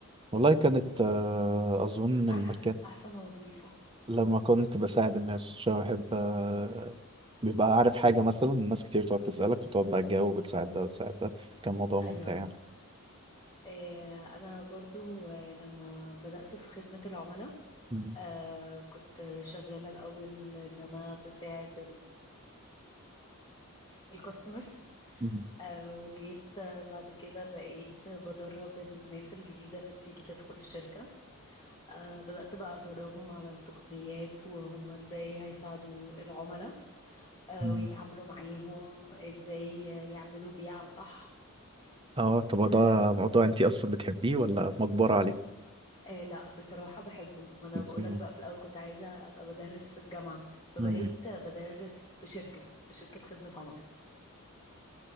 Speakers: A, on the right; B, on the left.
A: والله كانت آه، اظن المكان
B: أح... احسن وظيفة
A: لما كنت بساعد الناس عشان أنا بحب آه، بيبقى عارف حاجة مثلا الناس كتير تقعد تسألك فتقعد بقى تجاوب وتساعد ده وتساعد ده كان موضوع ممتع
B: ايوه
A: يعني
B: إيه انا برضو آه، لما بدأت في خدمة العملاء
A: مم.
B: آه كنت شغالة الأول إن أنا بساعد الكاستمرز
A: مم.
B: آه وجيت آه، بعد كده بقيت بدرب الناس الجديدة اللي بتيجي تدخل الشركة آه بدأت بقى أدربهم على التقنيات وهم إزاي هيساعدوا العملاء آه
A: مم.
B: ويتعاملوا معاهم إزاي يعملوا بيعة صح
A: اه طب هو ده
B: آه
A: موضوع انت اصلا بتحبيه ولا مجبرة عليه
B: آه لا بصراحة بحبه ما أنا
A: <laughs>
B: بقولك
A: مم.
B: بقى في الأول كنت عايزة أبقى بدرس في الجامعة فبقيت
A: مم.
B: بدرس في شركة في شركة خدمة عملاء